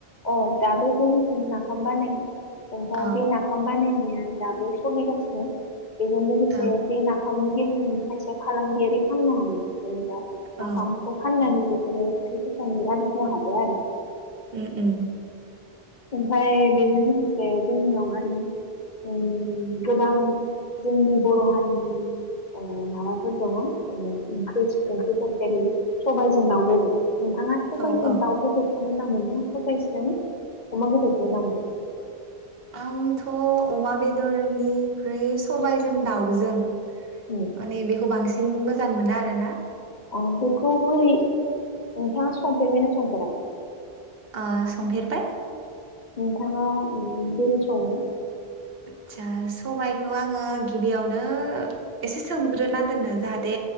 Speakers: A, on the left; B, on the right.
A: अ' दाबो जोंनिथिं नाफाम बानायो। ओमफाय
B: अ
A: बे नाफाम बानायनाया ओ दाबो सलि गासिनो। बेजों लोगोसे
B: औ
A: बे नाफाम नि गेजेर उम खायसे फालांगियारि खामनो हायो जेनबा
B: औ
A: नाफाम खौ फाननानैबो बेदो थायसे थायनै आरजिनो हादो आरो।
B: ओ उम
A: ओमफाय बेजों लोगोसे जोंनियाव आरो ओ गोबां जोंनि बर' हारिनि ओ माबाफोर दङ ओ ओंख्रि ओंख्रिफोर जेरै सबायजों दाव बेदर नोंथाङा सबायजों
B: औ औ
A: दाव बेदर खौ मो मोजां मोनो ना बिबारजों अमा बेदर जों जानो
B: आंथ' अमा बेदरनि ख्रुय सबायजों दाउजों माने
A: उम
B: बेखौ बांस सिन मोजां मोना आरो ना।
A: अ बेखौ बोरै नोंथाङा संफेरबायना संफेराखै?
B: आ संफेरबाय।
A: नोंथाङा उम बोरै सङो?
B: आदसा सबायखौ आङो गिबियावनो एसे सोमग्रोना दोननो जाहाथे